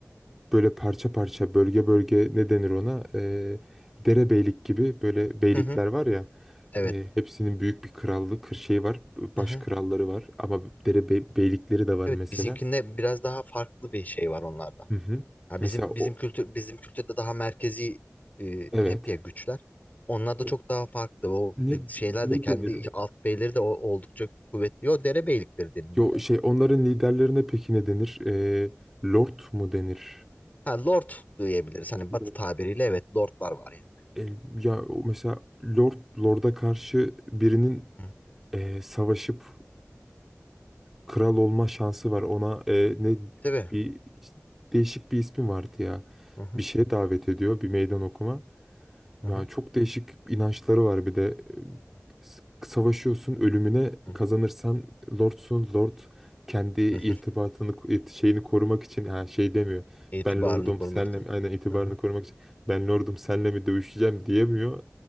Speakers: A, in the centre; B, on the left.
A: böyle parça parça bölge bölge ne denir ona? E, derebeylik gibi böyle beylikler
B: Hı hı.
A: var ya.
B: Evet.
A: E, hepsinin büyük bir krallığı, kır şeyi var, baş
B: Hı hı.
A: kralları var ama dere bey- beylikleri de var
B: Evet
A: mesela.
B: bizimkinde biraz daha farklı bir şey var onlarda.
A: Hı hı.
B: Ha
A: Mesela
B: bizim bizim
A: o
B: kültür bizim kültürde daha merkezi e,
A: evet.
B: hep ya güçler. Onlar da çok
A: O-
B: daha farklı. O
A: Ne
B: şeyler
A: ne
B: de kendi
A: denir? o?
B: alt beyleri de o- oldukça kuvvetli. O dere beylikleri deniliyor
A: Yo
B: canım.
A: şey onların liderlerine peki ne denir? E, lord mu denir?
B: Ha lord diyebiliriz. Hani
A: Lord.
B: batı tabiriyle evet lordlar var yani.
A: E, ya o mesela Lord Lord'a karşı birinin
B: Hı.
A: e, savaşıp kral olma şansı var. Ona e, ne
B: Tabii.
A: bir işte, değişik bir ismi vardı ya.
B: Hı hı.
A: Bir şeye davet ediyor bir meydan okuma.
B: Hı
A: Ya
B: hı.
A: çok değişik inançları var bir de. E,
B: Hı
A: s- Savaşıyorsun ölümüne
B: hı.
A: kazanırsan lordsun lord kendi irtibatını
B: <laughs>
A: irt- şeyini korumak için ha şey demiyor.
B: İtibarını
A: Ben lordum
B: korumak
A: senle
B: için.
A: mi aynen itibarını
B: Hı hı.
A: korumak için ben lordum senle mi dövüşeceğim diyemiyor.